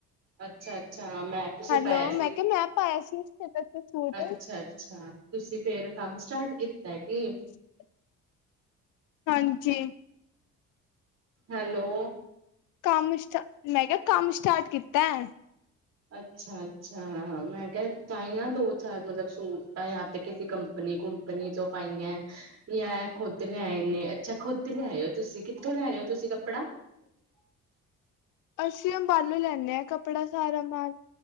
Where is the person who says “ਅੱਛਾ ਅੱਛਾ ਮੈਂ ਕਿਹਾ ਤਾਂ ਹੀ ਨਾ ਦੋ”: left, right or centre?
Right